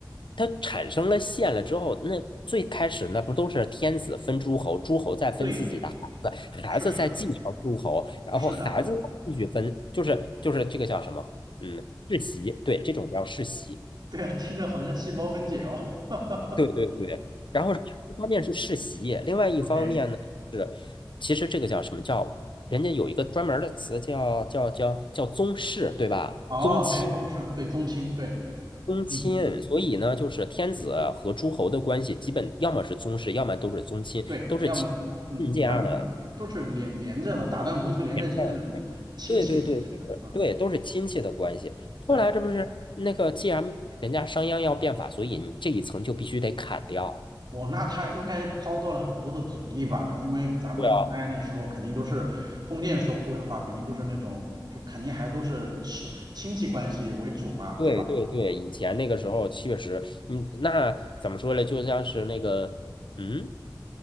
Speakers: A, on the left (about 80°); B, on the right (about 60°).
A: 它产生了线了之后，那最开始那不都是天子分诸侯，诸侯再分自己的孩子，
B: 对，是是
A: 孩子再继承诸侯，然后孩子再继续分，
B: 是的，
A: 就是就是这个叫什么？嗯，世袭，对，这种叫世袭。
B: 对啊，听着好像细胞分解哦。<laughs>
A: 对对对。然后一方面是世袭，另外一方面呢是，
B: OK。
A: 其实这个叫什么叫？人家有一个专门儿的词叫叫叫叫宗室，对吧？
B: 哦，
A: 宗亲。
B: 对，宗室，对，宗亲，对，
A: 宗亲，
B: 嗯，
A: 所以呢，就是天子和诸侯的关系，基本要么是宗室，要么都是宗亲，
B: 对，
A: 都是亲
B: 要么，嗯，
A: 亲家的
B: 基本上这个都是连连着嘛，打断骨头连着筋的那种亲戚嘛，
A: 娘家的对对对，
B: 其实，
A: 就是对，
B: 嗯，
A: 都是亲戚的关系。
B: 对，
A: 后来这不是那个，既然人家商鞅要变法，所以你这一层就必须得砍掉。
B: 我那他应该遭到了很多的阻力吧，因为咱们古代那时候肯定都是封建社会的话，
A: 对啊，
B: 肯定都是那种就肯定还都是是亲戚关系为主嘛，
A: 对对对，
B: 对吧？
A: 以前那个时候确实，嗯，那怎么说呢？就像是那个，嗯，